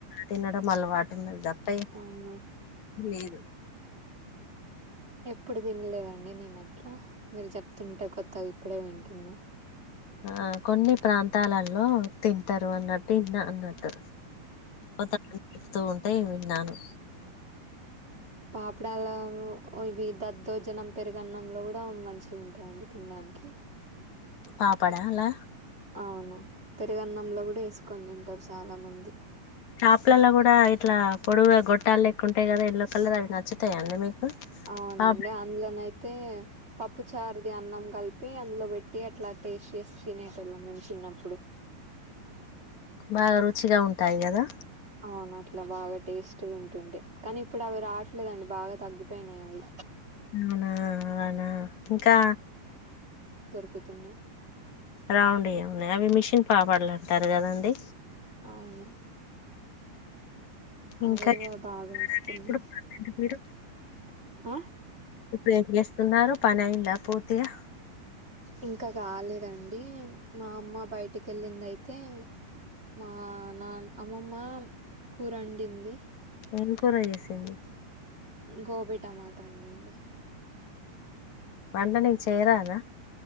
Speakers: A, on the left; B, on the right.
A: తినడం అలవాటు ఇంత అయి
B: అవునా
A: లేదు
B: ఎప్పుడు తినలేదండి నేను అట్లా మీరు చెప్తుంటే కొత్తగా ఇప్పుడే వింటున్నా
A: ఆ కొన్ని ప్రాంతాలలో తింటారు అన్నట్టు ఇన్న అన్నట్టు ఒక తో అదే విన్నాను
B: పాపడాల ఇవి దద్దోజనం పెరుగన్నంలో కూడా మంచిగా ఉంటాయండి తినడానికి
A: పాపడాలా
B: అవును పెరుగన్నంలో కూడా వేసుకొని తింటారు చాలా మంది
A: షాపులల్లో కూడా ఇట్లా పొడువుగా గొట్టాలు లెక్క ఉంటాయి కదా ఎల్లో కలర్ అవి నచ్చుతాయి అండి మీకు
B: అవునండి
A: బా
B: అందులోన అయితే పప్పు చారుది అన్నం కలిపి అందులో పెట్టి అట్లా టేస్ట్ చేసి తినేటోళ్ళం మేము చిన్నప్పుడు
A: బాగా రుచిగా ఉంటాయి కదా
B: అవును అట్లా బాగా టేస్ట్ గా ఉంటుండే కానీ ఇప్పుడు అవి రావట్లేదండి బాగా తగ్గిపోయినాయి అవి
A: అవునా అలానా ఇంకా
B: తు ఉన్నాయి
A: రౌండ్ అయ ఉన్నాయి అవి మిషన్ పాపడలు అంటారు కదండి
B: అవును
A: ఇంకా
B: అవే
A: డి
B: బాగా వస్తున్నా
A: ఇప్పుడు ప్రజెంట్ మీరు
B: ఆ
A: ఇప్పుడు ఏం సున్నారు పనైంద పూర్తిగా
B: ఇంకా కాలేదండి మా అమ్మ బయటికి వెళ్ళింది అయితే మా నా అమ్మమ్మ కూరండింది
A: ఏం కూర చేసింది
B: గోబీ టమాటా వండింది
A: వంట నీకి చేయరాద